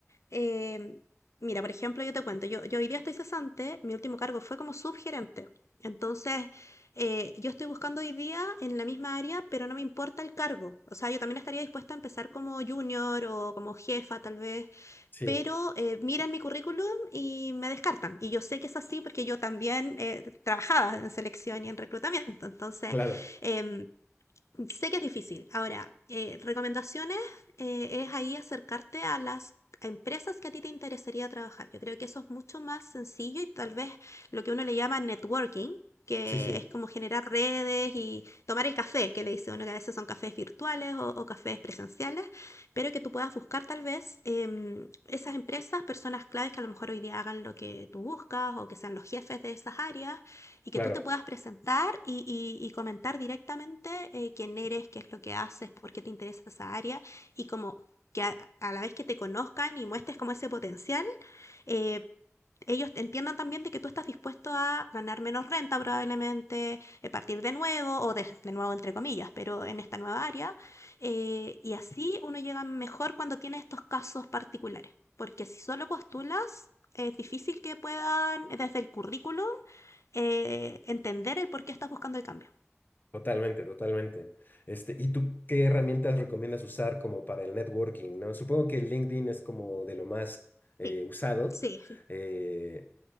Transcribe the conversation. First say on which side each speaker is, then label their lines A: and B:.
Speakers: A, on the left; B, on the left.
A: em, mira, por ejemplo, yo te cuento, yo, yo hoy día estoy cesante, mi último cargo fue como subgerente. Entonces, eh, yo estoy buscando hoy día en la misma área, pero no me importa el cargo. O sea, yo también estaría dispuesta a empezar como junior o como jefa, tal vez,
B: Sí,
A: pero eh, miran mi currículum y me descartan. Y yo sé que es así porque yo también eh, trabajaba en selección y en reclutamiento. Entonces,
B: claro.
A: em, Sé que es difícil. Ahora, eh, recomendaciones eh, es ahí acercarte a las a empresas que a ti te interesaría trabajar. Yo creo que eso es mucho más sencillo y tal vez lo que uno le llama networking, que
B: Sí, sí,
A: es como generar redes y tomar el café, que le dice uno que a veces son cafés virtuales o, o cafés presenciales, pero que tú puedas buscar tal vez em, esas empresas, personas claves que a lo mejor hoy día hagan lo que tú buscas o que sean los jefes de esas áreas y
B: claro.
A: que tú te puedas presentar y, y- y comentar directamente eh, quién eres, qué es lo que haces, por qué te interesa esa área y como que a, a la vez que te conozcan y muestres como ese potencial, eh, ellos entiendan también de que tú estás dispuesto a ganar menos renta probablemente, eh, partir de nuevo o de, de nuevo entre comillas, pero en esta nueva área. eh, y así uno llega mejor cuando tiene estos casos particulares, porque si solo postulas, es difícil que puedan eh, desde el currículum eh, entender el por qué estás buscando el cambio.
B: Totalmente, totalmente. Este, ¿y tú qué herramientas recomiendas usar como para el networking, ¿no? Supongo que LinkedIn es como de lo más eh,
A: sí
B: usado,
A: Sí,
B: eh,